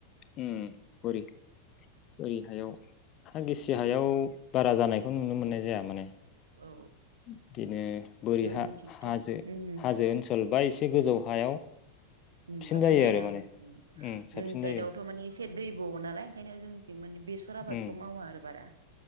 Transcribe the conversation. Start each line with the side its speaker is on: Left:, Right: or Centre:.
Left: उम बोरि बोरि हायाव हा गिसि हायाव दा बारा जानायखौ नुनो मोननाय जाया माने।
Right: औ
Left: बिदिनो बोरि
Right: जोंथिंथ'
Left: हा हाजो
Right: उम
Left: हाजो ओनसोल बा एसे एसे गोजौ हायाव
Right: उम साबसिन
Left: जायो
Right: जायोदा
Left: आरो माने
Right: ओं
Left: उम साबसिन
Right: जोंनि साइदआवथ
Left: जायो
Right: मानि एसे दैब' नालाय। बेखायनो जों जों माने बेसर आबादखौ
Left: उम
Right: मावा आरो बारा।